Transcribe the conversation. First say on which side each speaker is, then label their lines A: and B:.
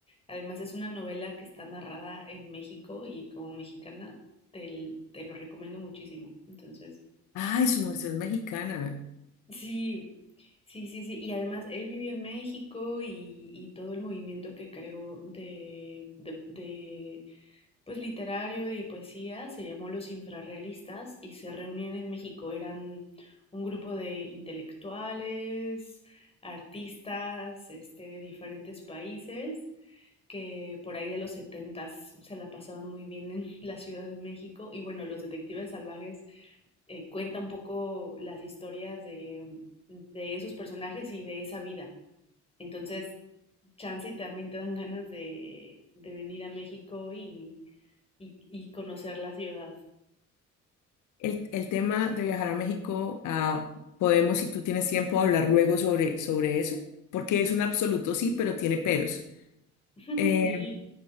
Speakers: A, on the left (about 20°); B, on the left (about 80°).
A: Además es una novela que está narrada en México y como mexicana te, te lo recomiendo muchísimo. Entonces,
B: Ay, su merced es mexicana.
A: sí, sí, sí, sí. Y además él vivió en México y, y todo el movimiento que creó de, de, de pues literario de poesía, se llamó Los Infrarrealistas y se reunían en México. Eran un grupo de intelectuales, artistas, este, de diferentes países que por ahí de los setentas se la pasaban muy bien en <laughs> la Ciudad de México. Y bueno, los detectives salvajes eh, cuenta un poco las historias de, de esos personajes y de esa vida. Entonces, chance y también te dan ganas de, de venir a México y, y, y conocer la ciudad.
B: El, el tema de viajar a México, ah, podemos, si tú tienes tiempo, hablar luego sobre, sobre eso, porque es un absoluto sí, pero tiene peros.
A: <laughs>
B: Eh,
A: Sí,